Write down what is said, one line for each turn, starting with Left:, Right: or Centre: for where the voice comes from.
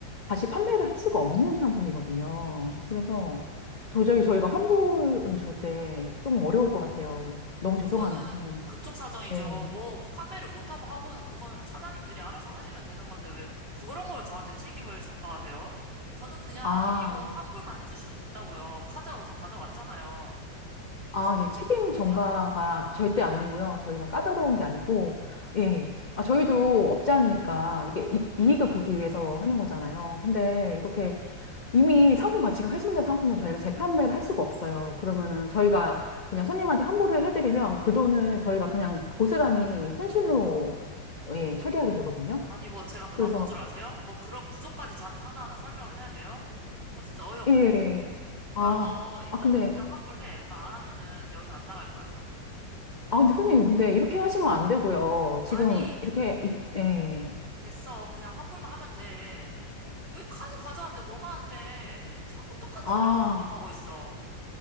Left: 다시 판매를 할 수가 없는 상품이거든요. 그래서 도저히 저희가 환불은 절대 좀 어려울 것 같아요.
Right: 아,
Left: 너무
Right: 그거는
Left: 죄송합니다, 선생님.
Right: 그쪽 사정이죠.
Left: 네.
Right: 뭐 판매를 못하고 하고는 그거는 사장님들이 알아서 하시면 되는 건데 왜 그런 걸 저한테 책임을 전가하세요? 저는 그냥
Left: 아.
Right: 이 옷 환불만 해주시면 된다고요. 카드하고 다 가져왔잖아요.
Left: 아,
Right: 무슨 환불이
Left: 예, 책임
Right: 이렇게
Left: 전가가
Right: 까다로워?
Left: 절대 아니고요. 저희가 까다로운 게 아니고, 예. 아, 저희도 업장이니까 이게 이, 이익을 보기 위해서 하는 거잖아요. 근데 이렇게 이미 상품 가치가 훼손된 상품은 저희가 재판매를 할 수가 없어요. 그러면은 저희가 그냥 손님한테 환불을 해드리면 그 돈을 저희가 그냥 고스란히 손실로, 예, 처리하게 되거든요.
Right: 아니 뭐 제가 바본
Left: 그래서,
Right: 줄 아세요? 뭐 그런 구조까지 저한테 하나하나 설명을 해야 돼요? 아 진짜 어이없네.
Left: 예. 예, 예. 아,
Right: 야 너 이거
Left: 아, 근데,
Right: 그냥 환불해. 나 안 하면은 여기서 안 나갈 거야.
Left: 아, 근데 손님, 근데 이렇게 하시면 안 되고요.
Right: 아니
Left: 지금 이렇게, 이- 예.
Right: 됐어. 그냥 환불만 하면 돼. 여기 카드 가져왔는데 뭐가 안 돼? 자꾸 똑같은
Left: 아.
Right: 말만 반복하고 있어.